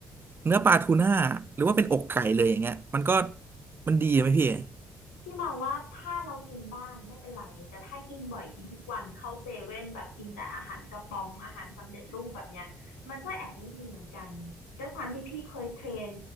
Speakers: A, on the right (about 35°); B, on the left (about 85°).
A: เนื้อปลาทูน่าหรือว่าเป็นอกไก่เลยอย่างเงี้ยมันก็มันดีไหมพี่
B: พี่มองว่าถ้าเรากินบ้างไม่เป็นไรแต่ถ้ากินบ่อยกินทุกวันเข้าเซเว่นแบบกินแต่อาหารกระป๋องอาหารสำเร็จรูปแบบเนี้ยมันก็แอบไม่ดีเหมือนกันด้วยความที่พี่เคยเทรน